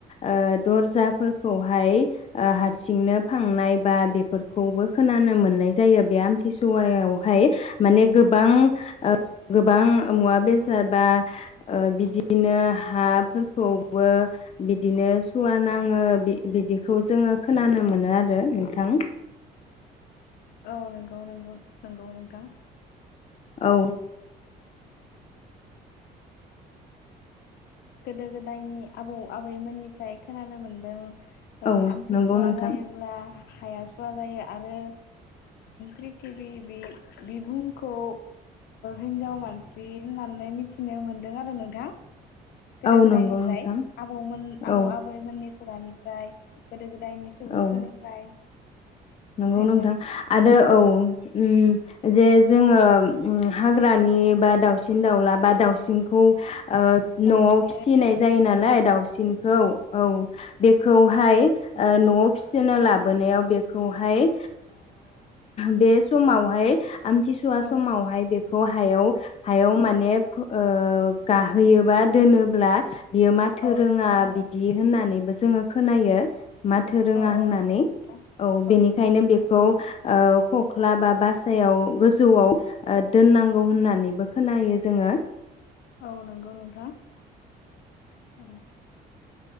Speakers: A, on the left (about 40°); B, on the left (about 75°).
A: ओ दरजाफोरखौहाय ओ हारसिंनो फांनाय बा बेफोरखौबो खोनानो मोन नाय जायो बे आमथिसुवायावहाय माने गोबां ओ गोबां मुवा बेसाद बा बिदिनो हाफोरखौबो बिदिनो सुवा नाङो बिदिखौ जोङो खोनानो मोनो आरो नोंथां
B: औ नंगौ नंगौ नांगौ नोंथां
A: औ
B: गोदो गोदायनि आबौ आबैमोननिफ्राय खोनानो मोनदों
A: औ
B: आमथिसुवा
A: नंगौ नोंथां
B: जायोब्ला हाया सुवा जायो आरो प्रिथिबि बि बि बुहुमखौ हिन्जाव मानसि होननानै मिथिनो मोनदों आरो नोंथां गोदो
A: औ
B: गोदायनिफ्राय
A: नंगौ नोंथां
B: आबौमोन आबौ
A: औ
B: आबैमोननि खुगानिफ्राय ओमफ्राय गोदो गोदाय दायनि सुबुंफोरनिफ्राय
A: औ नंगौ
B: जेनेबा
A: नोंथां आरो औ उम जे जोङो हाग्रानि बा दाउसिन दाउला बा दाउसिनखौ ओ
B: मानसि
A: न'आव फिसिनाय जायो
B: औ
A: नालाय दाउसिन औ औ बेखौहाय न'आव फिसिनो लाबोनायाव बे खौहाय बे समावहाय आमथिसुवा
B: नोंथां
A: समावहाय बे खौ हायाव हायाव माने गाहोयोबा दोनोब्ला बियो माथोरोङा
B: औ नंगौ नोंथां
A: बिदि होननानैबो जोङो खोनायो माथो रोङा
B: औ
A: होननानै
B: औ नंगौ नोंथां
A: औ बेनिखायनो
B: नंगौ नोंथां
A: बेखौ ओ खख्ला बा बासायाव गोजौआव दोननांगौ होननानैबो खोनायो जोङो
B: औ नंगौ नोंथां औ